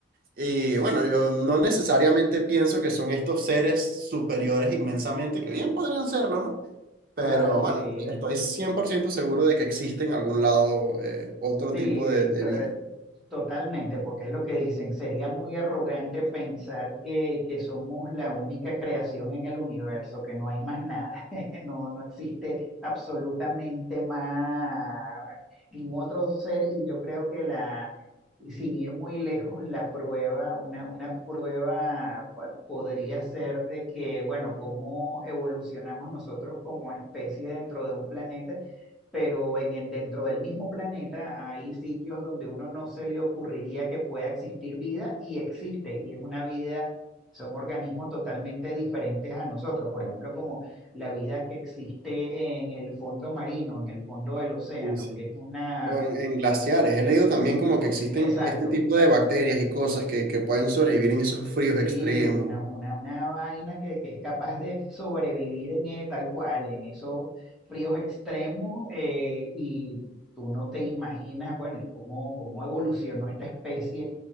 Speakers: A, on the right (about 50°); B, in the centre.
A: Y bueno, yo no necesariamente pienso que son estos seres superiores inmensamente, que bien podrían serlo, ¿no?
B: claro,
A: Pero bueno,
B: sí.
A: estoy 100% seguro de que existe en algún lado eh, otro
B: Sí,
A: tipo de, de vida.
B: Totalmente, porque es lo que dicen, sería muy arrogante pensar que, que somos la única creación en el universo, que no hay más nada, <laughs> no, no existe absolutamente más ningún otro ser y yo creo que la, y sin ir muy lejos, la prueba, una, una prueba pa- podría ser de que, bueno, cómo evolucionamos nosotros como especie dentro de un planeta pero en el- dentro del mismo planeta hay sitios donde uno no se le ocurriría que pueda existir vida y existe, y es una vida, son organismos totalmente diferentes a nosotros, por ejemplo, como la vida que existe en el fondo marino, en el fondo del océano,
A: Sí, sí.
B: que es una,
A: O en, en glaciares. He leído también como
B: o-
A: que existen
B: exacto,
A: este tipo de bacterias y cosas que, que pueden sobrevivir en esos
B: Sí,
A: fríos
B: sí,
A: extremos.
B: una, una, una vaina que, que es capaz de sobrevivir en eh, tal cual, en esos fríos extremos, eh, y tú no te imaginas, bueno, y cómo, cómo evolucionó esta especie